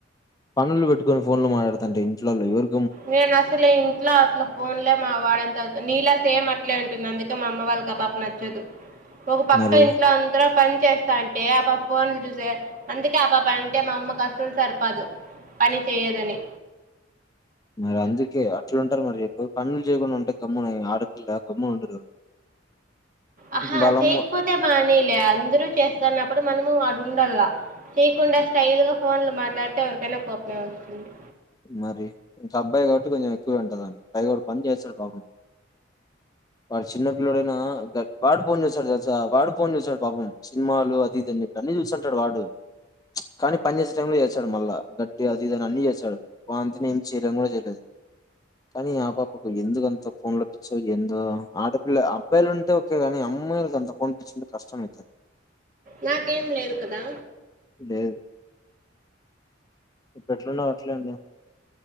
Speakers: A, on the left; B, on the right.
A: పనులు పెట్టుకొని ఫోన్ లో మాట్లాడుతాంటే ఇంట్లోలో ఎవరి
B: నేను అసలె ఇంట్ల అసలు ఫోన్లే మా వాడేంత నీలే సేమ్ అట్లే ఉంటుంది అందుకే మా అమ్మ వాళ్ళకు ఆ పాప నచ్చదు. ఒక పక్క
A: మరి
B: ఇంట్ల అంతర పం చేస్తా అంటే ఆపప ఫోన్లు చూసె అందుకే ఆపాప పని అంటే మా అమ్మకు అస్సలు సరిపాదు పని చేయదని
A: మరి అందుకే అట్ల ఉంటరు మరి పనులు చేయకుండా ఉంటే గమ్మున ఆడపిల్ల గమ్మున ఉండరు.
B: ఆహా
A: వాళ్ళమ్మ
B: చేయకపోతే మానేయిలే అందరూ చేస్తన్నప్పుడు మనము వాడు ఉండల్లా చేయకుండా స్టైలు గా ఫోన్లు మాట్లాడితే ఎవరికైనా కోపమే వస్తుంది.
A: మరి ఇంకాబ్ అబ్బాయి కాబట్టి కొంచెం ఎక్కువే ఉంటది పైగా వాడు పని చేస్తాడు పాపం వాడు చిన్నపిల్లోడైనా గ వాడు ఫోన్ చేస్తాడు తెలుసా వాడు ఫోన్ చూస్తాడు పాపం సినిమాలు అది ఇదని ఇ అన్ని చూస్తుంటాడు. వాడు కానీ పని చేసే టై లో చేసాడు మళ్ళా గట్టి అది ఇదని అన్ని చేస్తాడు వా అంతనే ఏమి చేయడం కూడా చేయలేదు కానీ ఆ పాపకు ఎందుకంత ఫోన్ లో పిచ్చో ఏందో ఆడపిల్ల అబ్బాయిలు ఉంటే ఒకే కాని అమ్మాయిలకు అంత ఫోన్ పిచ్చుంటే కష్టం అవుతుంది.
B: నాకేం లేదు కదా
A: లేదు ఇప్పుడు ఎట్లున్నావో అట్లే ఉండు.